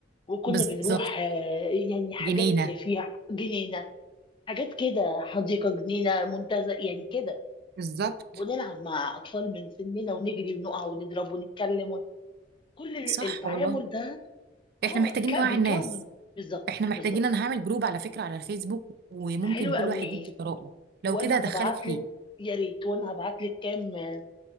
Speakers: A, on the left; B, on the right.
A: وكنا
B: بالظبط
A: بنروح آه، يعني حاجات
B: جنينة
A: فيها جنينة حاجات كده حديقة جنينة منتزه يعني كده
B: بالظبط
A: ونلعب مع أطفال من سننا ونجري ونقع ونضرب ونتكلم ون- كل ال-
B: صح
A: التعامل
B: والله
A: ده اه
B: احنا محتاجين
A: ك-
B: نوعي
A: بيكون
B: الناس
A: بالظبط
B: احنا محتاجين
A: بالظبط
B: انا هعمل جروب على فكرة على الفيسبوك وممكن
A: حلو
B: كل
A: قوي
B: واحد يدي آراءه لو
A: وانا
B: كده هدخلك
A: هبعت
B: فيه
A: لك يا ريت وانا هبعت لك كام آه،